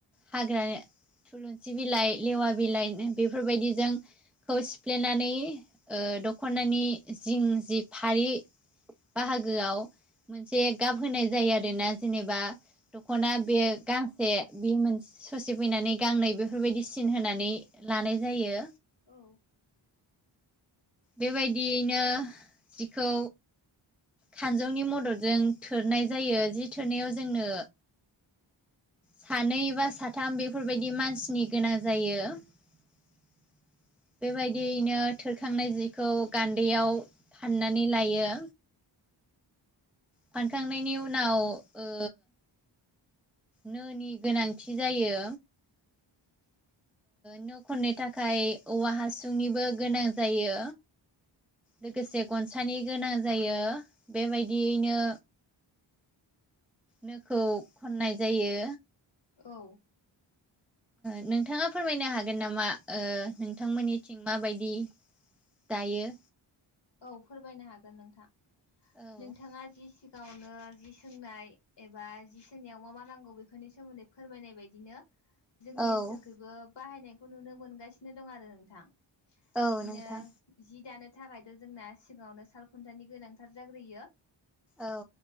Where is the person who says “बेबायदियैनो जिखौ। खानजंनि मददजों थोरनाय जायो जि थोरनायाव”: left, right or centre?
Centre